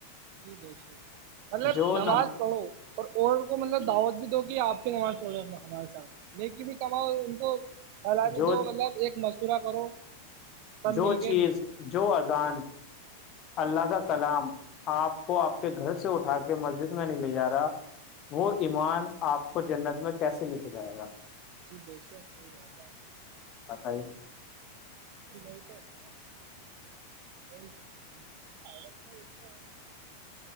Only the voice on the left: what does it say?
جو
نم
جو
جو
چیز
جو اذان <unintelligible> اللہ کا کلام آپ کو آپ کے گھر سے اٹھا کے مسجد میں نہیں لے جا رہا وہ ایمان آپ کو جنت میں کیسے لے کے جائے گا
بتائیوں <unintelligible>